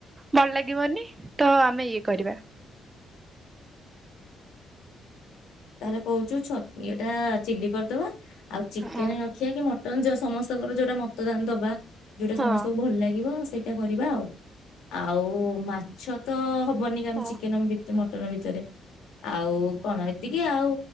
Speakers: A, on the right (about 20°); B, on the left (about 85°).
A: ଭଲ ଲାଗିବନି ତ ଆମେ ଇଏ କରିବା
B: ତାରେ କହୁଛୁ ଛ ଏଇଟା ଚିଲି କରିଦବା। ଆଉ ଚିକେନ
A: ହଁ।
B: ରଖିବା କି ମଟନ୍ ଯୋଉ ସମସ୍ତଙ୍କର ଯୋଉଟା ଦନ୍ତ ବା ଯୋଉଟା
A: ହଁ।
B: ସମସ୍ତଙ୍କୁ ଭଲ ଲାଗିବ ସେଇ ଏ କରିବା ଆଉ ଆଉ ମାଛ ତ ବନି ଗମ
A: ହଁ
B: ଚିକନ ବି ଣ ଭିତରେ ଆଉ କଣ ଏ ଟିକେ ଆଉ